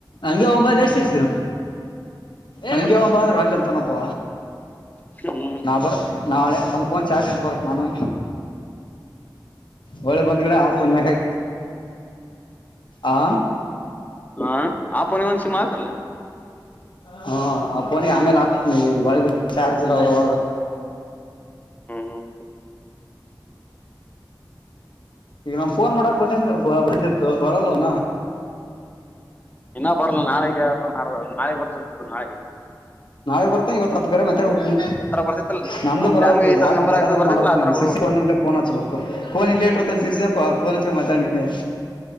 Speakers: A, on the left (about 75°); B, on the left (about 20°).
A: ಹಂಗೆ ಒಂಬ ಎರ್ಸ ಹಗೆ ಒ ಅಂದ್ರು ಅಲ್ಲಿಂತನಪ್ಪ
B: ಹ್ಮ
A: ಬರತ್ತೆ ನಾಳೆ ಒಂದು ಫೋನ್ ಚಾರ್ಜ್ ಇಟ್ಟು ಬರುತ್ತೆ ನಾನು ಹೊಳ್ಳೆ ಬಂದ್ ಕಡೆ ಆ ಪಕಾಯ ಆ
B: ಹ ಆಪನ ಮನ್ಸಿ ಮಾತ್ರಲ್ಲ
A: ಹಾ ಆ ಪಫೋನಿಗೆ ಆಮೇಲೆ ಹಾಕ್ತನಿ ಬ ಚಾರ್ಜ್ ಇಲ್ಲ್ರ
B: ಹ್ಮ್ ಹ್ಮ್
A: ಈಗ ನಮ ಫೋನ್ ಮಾಡಾಕ್ ಬಂದಂಗ ಬಯಸತ್ತು ಬರಲ್ಲವನಾ
B: ಇನ್ನ ಬರ್ಲ್ಲ ನಾಳೆಗ ಮಾಡ ನಾಳೆ ಬರ್ತದ ನಾಳೆಗೆ
A: ನಾವ ಬರ್ತೇ ಇವತ್ತುತ್ ಬೇರೆ ಮಾತಾ ಬಿಡ್ಿ
B: ಬರ್ತೈತ್ತಲ್
A: ನಮಂದುು
B: ನಮ್ದ್
A: ಬರದು
B: ಹೆಂಗ ಈ
A: ಯಾರು
B: ನಂಬರ್
A: ಬೇರೆ
B: ಹಾಕದ್
A: ತರ
B: ಬರ್ತೈತಿಲ್ಲ
A: ಮಾಡ್ಬು
B: ಆತರ
A: ನೀವು
B: ಬರ್ಬೇಕು
A: ಶಿರ್ಿ ಇ ಫೋನ್ಚ್ು ಬು ೋನಲ್ಲಿ ಲೇಟ್್ತಂತ ಸಿರಿಸಸ ೋನ್ಚ್ಕ ಮಾತಾಡಿನನೆ